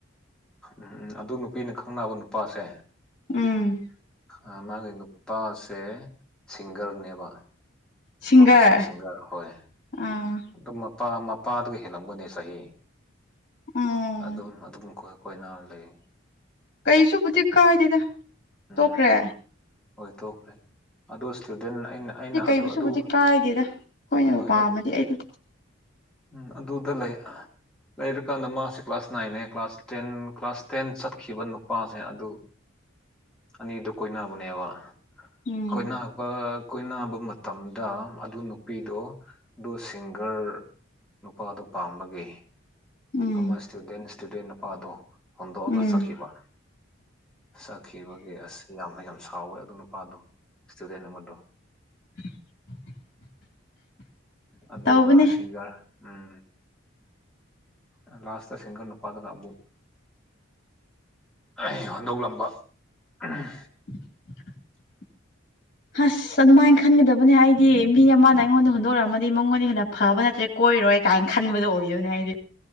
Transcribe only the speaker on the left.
ꯎꯝ
ꯁꯤꯡꯒꯔ
ꯑꯥ
ꯎꯝ
ꯀꯩꯁꯨꯕꯨꯗꯤ ꯀꯥꯏꯗꯦꯗ
ꯇꯣꯛꯈ꯭ꯔꯦ
ꯗꯤ ꯀꯩꯕꯨꯁꯨꯕꯨꯗꯤ
ꯀꯥꯏꯗꯦꯗ ꯑꯩꯈꯣꯏꯅꯕꯨ
ꯄꯥꯝꯃꯗꯤ ꯑꯩꯗꯤ
<inaudible>
ꯎꯝ
ꯎꯝ
ꯎꯝ
<inaudible>
ꯇꯧꯕꯅꯦ
<inaudible> ꯍꯁ ꯑꯗꯨꯃꯥꯏꯟ ꯈꯟꯒꯗꯕꯅꯤ ꯍꯥꯏꯗꯤ ꯃꯤ ꯑꯃꯅ ꯑꯩꯉꯣꯟꯗ ꯍꯨꯟꯗꯣꯛꯔꯝꯗꯤ ꯃꯪꯉꯣꯟꯗꯩ ꯍꯦꯟꯅ ꯐꯕ ꯅꯠꯇ꯭ꯔ ꯀꯣꯏꯔꯣꯏ ꯀꯥꯏꯅ ꯈꯟꯕꯗꯣ ꯑꯣꯏꯌꯅꯦ ꯑꯩꯗꯤ